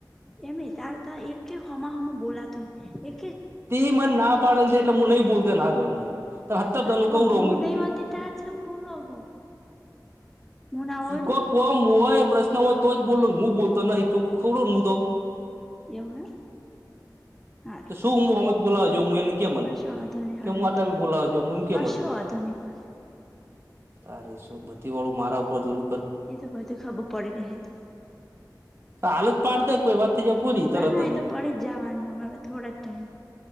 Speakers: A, in the centre; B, on the right.
A: એમ તાર ત એકે હોમા હોમુ બોલાતું નઈ એ
B: તે મન ના પાડેલ તે એટલે મું નહી બોલતો એના આગળ મું તે હત્તર દનું
A: હા તો
B: કઉરો
A: પણ
B: મું
A: હું
B: ઈ
A: નહી હોતી તાર છેમ બોલો હો હું ના હોઉં
B: ઈ
A: એટલે
B: કો કોમ હોય પ્રશ્ન હોય તો જ બોલુ મું બોલતો નઈ ચોખ્ખું કઉરો ન હું તો
A: એવું એમ હારું
B: તો શું હું હોમજ બોલવા જ્યો મું એન કે મન
A: કશો વાંધો નહી
B: કે
A: હળો
B: મું આટલા
A: એ તો
B: બોલવા જ્યો હું કે
A: કશો
B: મન
A: વાંધો નહી પણ
B: તારે શું બધી વાળું મારા ઉપર ધુલુ
A: એ તો બધું ખબર પડી જહે તો
B: હાલ જ પાડદે કોઈ વાત થઈ જાય પૂરી
A: ના
B: તરત
A: ના એ તો પડી જ જવાની હવે અવે થોડા જ ટાઈમ